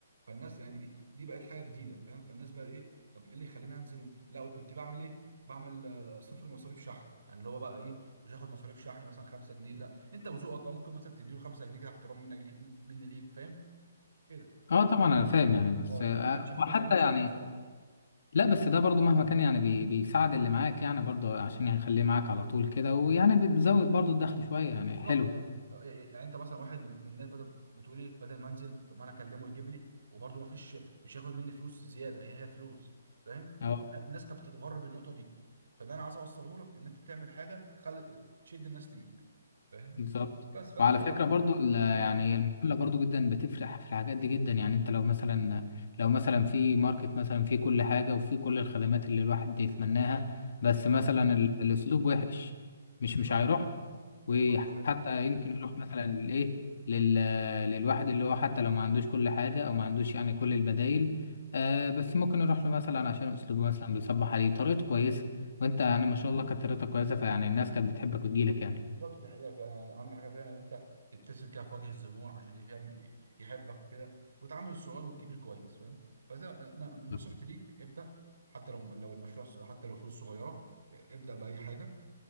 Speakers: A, on the right; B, on the left.
A: فالناس يعني دي دي بقت حاجه جديده فاهم فالناس بقى ايه طب ايه اللي يخليني انزل يوم- لا وكنت بعمل ايه بعمل آه، صفر مصاريف شحن يعني اللي هو بقى ايه مش هاخد مصاريف شحن مثلا 5 جنيه لا انت وذوقك بقى ممكن مثلا تديله 5 جنيه كده احترام منك ليك مني ليك فاهم كده
B: اه طبعا انا فاهم يعني بس
A: اه لكن
B: آه،
A: ما كانش فيه
B: وحتى
A: مصاريف شحن
B: يعني
A: بصراحه
B: لا بس ده برضو مهما كان يعني بي بيساعد اللي معاك يعني برضو عشان يخليه معاك على طول كده ويعني بتزود برضو الدخل شوية يعني
A: بالظبط
B: حلو
A: يعني يعني انت مثلا واحد من من الناس بدل بتقول ايه بدل ما انزل طب ما انا اكلمه يجيب لي وبرده ما فيش مش هياخد مني فلوس زياده هي هي الفلوس فاهم
B: اه
A: الناس كانت بتتغر بالنقطه دي فده انا عايز اوصله لك ان انت تعمل حاجه تخلي تشد الناس ليك فاهم
B: بالظبط
A: بس فانت
B: وعلى فكرة برضو ال- يعني
A: اه
B: المحلة برضو جدا بتفرح في الحاجات دي جدا يعني انت لو مثلا لو مثلا في ماركت مثلا في كل حاجة وفي كل الخدمات اللي الواحد يتمناها بس مثلا ال- الاسلوب وحش مش
A: بالظبط
B: مش هيروح
A: بالظبط
B: وحتى
A: الحقيقة
B: يمكن يروح مثلا للايه لل... للواحد اللي هو حتى لو ما عندوش كل حاجة او ما عندوش يعني كل البدايل آه بس ممكن يروح له مثلا عشان اسلوبه مثلا بيصبح عليه طريقته كويسة وانت يعني ما شاء الله كانت طريقتك كويسة فيعني الناس كانت بتحبك وتجيلك يعني
A: بالظبط دي حقيقة فعلا يعني أهم حاجة فعلا إن أنت تبتسم كده في وجه الزبون عشان يفهم يحبك وكده وتعامل الصغير والكبير كويس فاهم فإذا ن- نصيحتي
B: ان
A: ليك ابدأ حتى لو لو المشروع ص- حتى لو فلوس صغيرة ابدأ بأي حاجة